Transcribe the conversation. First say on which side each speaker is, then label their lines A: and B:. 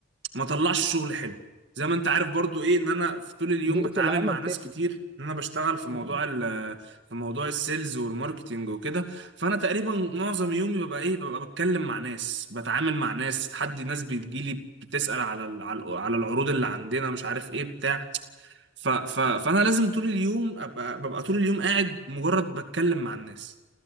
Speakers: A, on the right; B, on the right.
A: ما طلعش شغل حلو زي ما انت عارف برضو ايه ان انا في طول اليوم
B: بيئه
A: بتعامل
B: العمل
A: مع
B: تفرق
A: ناس كتير ان انا بشتغل في
B: مم.
A: موضوع ال في موضوع السيلز والماركتينج وكده فانا تقريبا معظم يومي ببقى ايه ببقى بتكلم مع ناس بتعامل مع ناس حد ناس بتجيلي بتسأل على ال- على ال- على العروض اللي عندنا مش عارف ايه بتاع ف ف فانا لازم طول اليوم ابقى ببقى طول اليوم قاعد مجرد بتكلم مع الناس